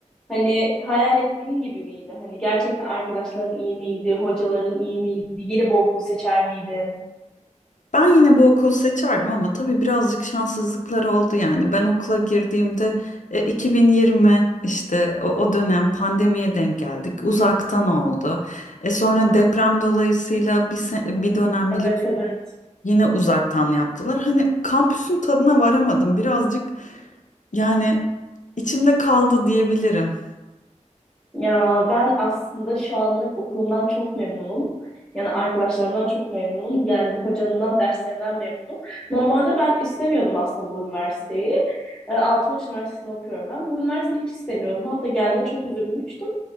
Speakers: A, in the centre; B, on the left.
A: hani hayal ettiğin gibi miydi? Hani gerçekten arkadaşların iyi miydi? Hocaların iyi miydi? Yeni bir okul seçer miydin?
B: Ben yine bu okulu seçerdim ama tabii birazcık şanssızlıklar oldu yani. Ben okula girdiğimde e, 2020 işte o, o dönem pandemiye denk geldik. Uzaktan oldu. E, sonra deprem dolayısıyla bir, se- bir dönem biliyorsun
A: Evet evet.
B: yine uzaktan yaptılar. Hani kampüsün tadına varamadım. Birazcık yani içimde kaldı diyebilirim.
A: Ya ben aslında şu anlık okulumdan çok memnunum. Yani arkadaşlarımdan çok memnunum. Yani hocanından, derslerimden memnunum. Normalde ben istemiyordum aslında bu üniversiteyi. E, Altınbaş Üniversitesi'nde okuyorum ben. Bu üniversiteyi hiç istemiyordum. Hatta geldiğinde çok üzülmüştüm.